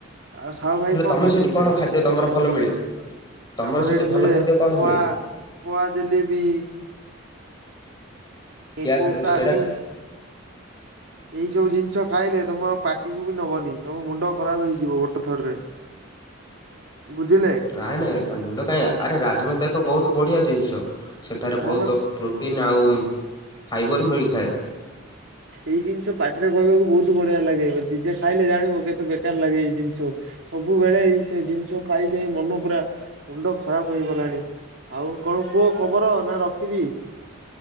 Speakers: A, on the right; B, on the left.
A: ଆଉ ସାହୁ ଭାଇ
B: ହେଲେ
A: କଣ
B: ତମେ
A: କରୁଛନ୍ତି?
B: ସେଠି ଖାଦ୍ୟ ତମର ଭଲ ମିଳେ ତମର
A: ଆମର
B: ସେଠି
A: ଏଇଠି
B: ଭଲ
A: ମିଳେ
B: ଖାଦ୍ୟ କଣ
A: ପଆ
B: ମିଳେ?
A: ପଆ ଜଲେବି
B: କିଆ
A: ଏକ ତ
B: ସେଟା
A: <inaudible> ଏଇ ସବୁ ଜିନିଷ ଖାଇଲେ। ତମ ପାଟିକୁ ବି ନବନି ତମ ମୁଣ୍ଡ ଖରାପ ହେଇଯିବ। ଗୋଟେ ଥରରେ। ବୁଝିଲେ
B: ନାଇଁ ନାଇଁ ମୁଣ୍ଡ କାଇଁ ଆରେ ରାଜମା ତ ଏକ ବହୁତ ବଢିଆ ଜିନିଷ ସେଠାରେ
A: ଭଲ
B: ବହୁତ ପ୍ରୋ ଟିନା ଆଉ ଫାଇବର ମିଳିଥାଏ।
A: ଏଇ ଜିନିଷ ପାଟିରେ କହିବାକୁ ବହୁତ ବଢିଆ ଲାଗେ ନିଜେ ଖାଇଲେ ଜାଣିବୁ କେତେ ବେକାର ଲାଗେ ଏଇ ଜିନିଷ। ସବୁବେଳେ ଏଇ ସେ ଜିନିଷ ଖାଇ ଖାଇ ମନ ପୁରା ମୁଣ୍ଡ ଖରାପ ହେଇ ଗଲାଣି ଆଉ କଣ କୁହ ଖବର ନା ରଖିବି।